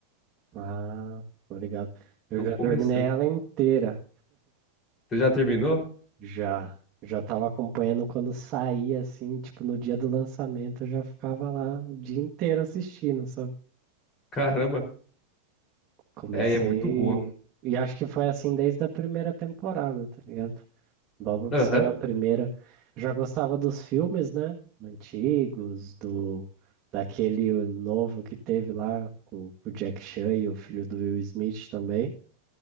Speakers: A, on the right; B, on the left.
A: Ah, tô ligado. Eu
B: Tô
A: já
B: começando.
A: terminei ela inteira.
B: Você já terminou?
A: Já. Já tava acompanhando quando saía, assim, tipo, no dia do lançamento, eu já ficava lá o dia inteiro assistindo, sabe?
B: Caramba,
A: Comecei.
B: é, e é muito boa.
A: E acho que foi assim desde a primeira temporada, tá ligado? Logo
B: Aham.
A: que saiu a primeira. Já gostava dos filmes, né? Antigos, do daquele novo que teve lá com, com o Jack Chan e o filho do Will Smith também.